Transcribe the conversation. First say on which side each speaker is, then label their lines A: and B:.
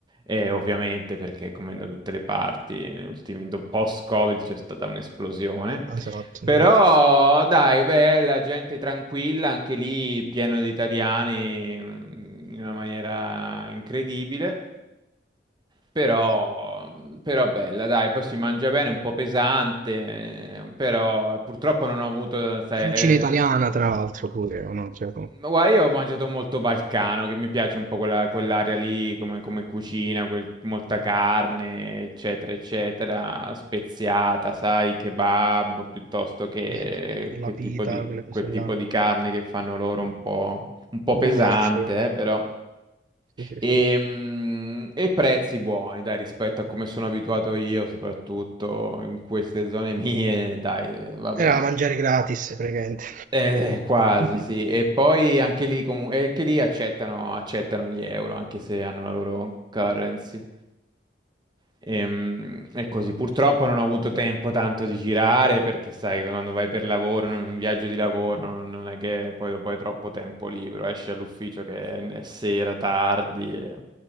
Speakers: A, on the right; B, on the right.
A: e ovviamente perché come da tutte le parti, negli ultimi- do- post-Covid c'è stata un'esplosione.
B: Esatto,
A: Però
B: sì.
A: dai, bella, gente tranquilla, anche lì pieno di italiani mm, in una maniera incredibile. Però,
B: Eh, sì.
A: mm, però bella, dai, poi si mangia bene, un po' pesante, eh, però purtroppo non ho avuto, sai,
B: Cucina italiana,
A: eh,
B: tra l'altro, pure, o no? Cioè, com-
A: ma guarda, io ho mangiato molto balcano, che mi piace un po' quella- quell'area lì, come, come cucina, quel- molta carne, eccetera, eccetera, speziata, sai, kebab, piuttosto che
B: sì, sì, sì, sì, La
A: quel
B: pita,
A: tipo di,
B: quelle cose
A: quel tipo
B: là.
A: di carne che fanno loro un po', un po' pesante,
B: Goulash.
A: eh, però.
B: Sì, sì,
A: Ehm,
B: sì.
A: E, prezzi buoni, dai, rispetto a come sono abituato io, soprattutto in queste zone mie, dai, vabbè.
B: Era mangiare gratis, praticamente.
A: Eh, eh, quasi,
B: <laughs>
A: sì. E poi anche lì, comu- e anche lì accettano, accettano gli euro, anche se hanno la loro currency. Ehm, E, così, purtroppo non ho avuto tempo tanto di girare perché sai, quando vai per lavoro, in un viaggio di lavoro, non non è che poi dopo hai troppo tempo libero, esci all'ufficio che è, è sera, tardi, e...